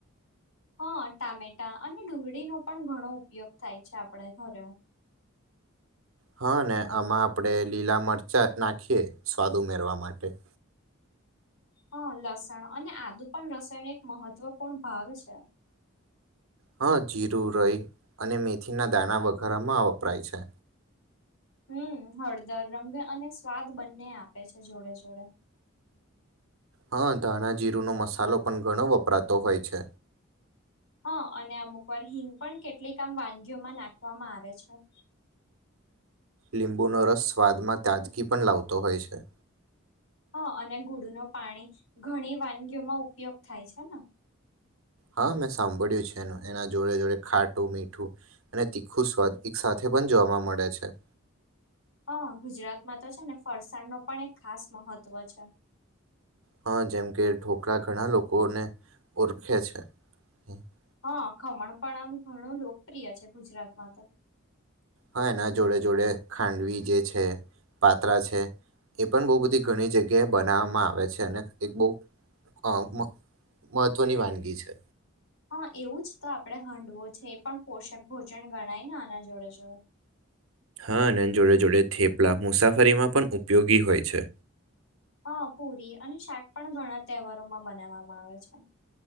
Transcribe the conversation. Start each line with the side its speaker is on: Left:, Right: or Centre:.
Left: હા ટામેટા અને ડુંગળીનોો પણ ઘણો ઉપયોગ થાય છે આપડા ઘરે
Right: હા ને આમાં આપણેે લીલા મરચાં નાખીએ સ્વાદ ઉમેરવા માટે
Left: હા લસણ અને આદુ પણ રસાયણ એક મહત્વપૂર્ણ ભાગ છે
Right: હા જીરું રઈ અને મેથીના દાણા વઘારમાં વપરાય છે
Left: હમ હળદર રંગ અને સ્વાદ બંને આપે છે જોડે જોડે <inaudible>
Right: હા ધાણા જીરુ નો મસાલો પણ ઘણો વપરાતો હોય છે
Left: હા અને અમુક વાર હિંગ પણ કેટલીક આમ વાનગીઓમાં નાખવામાં આવે છે હ
Right: લીંબુનો રસ સ્વાદમાં તાજગી પણ લાવતો હોય છે
Left: હા અને ગુડુ ન પાણી ઘણી વાનગીઓમાં ઉપયોગ થાય છે ને
Right: હા મેં સાંભળ્યું છે એનું એના જોડે જોડે ખાટું મીઠું અને તીખું સ્વાદ એક સાથે પણ જોવા મળે છે
Left: હા ગુજરાતમાં તો છે ને ફરસાણ ન પણ એક ખાસ મહત્વ છે
Right: હ જેમ કે ઢોકળા ઘણા લોકોને ઓળખે છે હા
Left: હા ખમણ પણ આમ ઘણું લોકપ્રિય છે ગુજરાતમાં તો
Right: હા એના જોડે જોડે ખાંડવી જે છે પાત્રા છે એ પણ બહ બધી ઘણી જગ્યાએ બનાવવામાં આવે છે અને એક બહ અ મહત્વની વાનગી છે
Left: હા એવું જ તો આપડે હંડવો છે એ પણ પોષક ભોજન ગણાય નાના જોડે જોડે
Right: અને જોડે જોડે થેપલા મુસાફરીમાં પણ ઉપયોગી હોય છે
Left: હ પુરી અને શાક પણ ઘણા તહેવારોમાં બનાવવામાં આવે છે